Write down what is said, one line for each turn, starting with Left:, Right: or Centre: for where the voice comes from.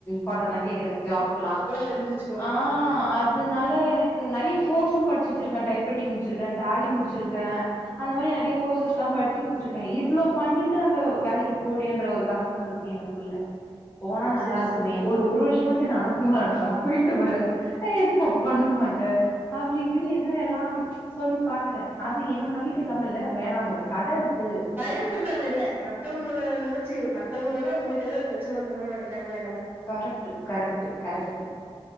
Left: பாட்ட தான் கேக்கதுங்க ஜாப்லா
Right: தெரிஞ்சிச்சு
Left: ஆ அத் அதுனால எனக்கு நெறையா கோர்ஸு படிச்சு வச்சிருக்கே டைப் ரேட்டிங் முடிச்சிருக்கே டேலி முடிச்சிருக்கே அந்த மாரி நெறையா கோர்சஸ் எல்லா படிச்சு வச்சிருக்கே இவ்ளோ பண்ணிட்டு நம்ம வேலைக்கு போலன்ற ஒரு கஷ் இருக்கு எனக்குள்ள போனா நல்லா
Right: சேரி
Left: இருக்குமே
Right: சேரி
Left: ஒரு வருஷமாச்சு என்ன அனுப்புங்கம்மா இருந்தா நா போயிட்டு வரே எதுவு தப்பு பண்ண மாட்டே அப்டி இப்டின்னு எது எல்லா சொல்லி பாக்குறே அது ஏனா நம்பிக்கை இல்லாம இல்ல வேணா நமக்கு கடை இருக்கு
Right: பயப்படுறாங்க இல்ல மத்தவங்களல நெனச்சு மத்தவங்களால உங்களுக்கு ஏதாவுது பிரச்சனை வந்துருமனு நினைக்காங்களோ என்னமோ
Left: கரேக்ட்டு கரெக்ட்டு கரெக்ட்டு